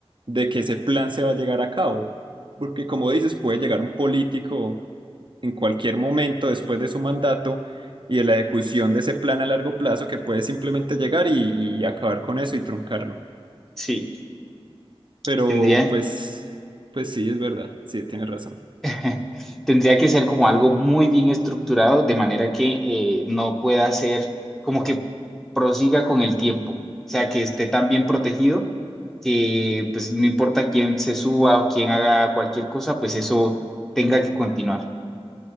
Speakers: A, on the right; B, in the centre.
A: de que ese plan se va a llegar a cabo. Porque como dices, puede llegar un político en cualquier momento después de su mandato y de la ejecución de ese plan a largo plazo que puede simplemente llegar y, y acabar con eso y truncarlo.
B: Sí,
A: Pero
B: tendría,
A: pues, pues sí, es verdad, sí, tienes razón.
B: <laughs> tendría que ser como algo muy bien estructurado de manera que eh, no pueda ser como que prosiga con el tiempo, o sea, que esté tan bien protegido que pues no importa quién se suba o quién haga cualquier cosa, pues eso tenga que continuar.